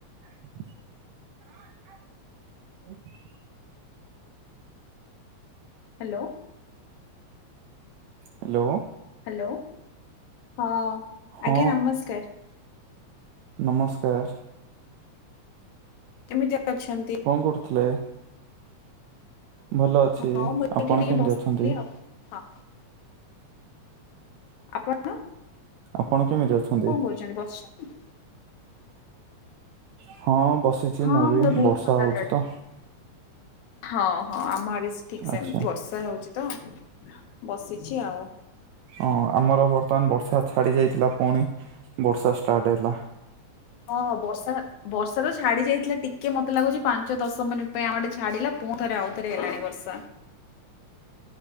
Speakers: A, on the right; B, on the left.
A: ହ <inaudible>
B: hello.
A: Hello.
B: Hello ହଁ
A: ହଁ
B: ଆଜ୍ଞା ନମସ୍କାର।
A: ନମସ୍କାର।
B: କେମିତି ଅଛନ୍ତି?
A: କଣ କରୁଥିଲେ? ଭଲ ଅଛି
B: ହଁ ମୁଁ ଏଇଠି
A: ଆପଣ
B: ଟିକେ
A: କେମିତି
B: ବସିଥିଲି
A: ଅଛନ୍ତି?
B: ଆଉ ହଁ। ଆପଣ
A: ଆପଣ କେମିତି ଅଛନ୍ତି?
B: ଚନ୍ତି ବସିଚନ୍ତି।
A: ହଁ ବସିଛି
B: ହଁ
A: ମୁଁ ବି
B: ବହୁତ
A: ବର୍ଷା
B: ଭଲରେ
A: ହଉଛି
B: ଅଛି।
A: ତ।
B: ହଁ ହଁ ଆମ ଆଡେ ଠିକ୍ ସେମିତି
A: ଆଚ୍ଛା
B: ବର୍ଷା ହଉଚି ତ ବସିଚି ଆଉ।
A: ହଁ ଆମର ବର୍ତ୍ତମାନ ବର୍ଷା ଛାଡି ଯାଇଥିଲା ପୁଣି ବର୍ଷା ଷ୍ଟାର୍ଟ ହେଲା।
B: ହଁ ବର୍ଷା ବର୍ଷା ତ ଛାଡି ଯାଇଥିଲା ଟିକେ ମତେ ଲାଗୁଛି ପାଞ୍ଚ ଦଶ ମିନିଟ୍ ପାଇଁ ଆମ ଆଡ଼େ ଛାଡିଲା। ପୁଣି ଥରେ ଆଉଥରେ ହେଲାଣି ବର୍ଷା।